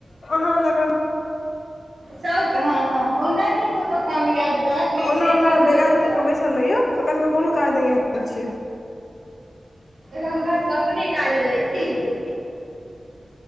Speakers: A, on the left (about 65°); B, on the right (about 80°).
A: ह लगल
B: सब ह ह ओना ने कोनो काम याद रहत लेकिन
A: ओना
B: अए
A: अहाँ
B: कान मे
A: बेगारू
B: जरूर रहत
A: जकाँ बैसल रहियौ तऽ ओकरा सभके कोनो काज नहि याद रहै छै
B: हम बस अपने काज रहै
A: काज
B: छी
A: रहै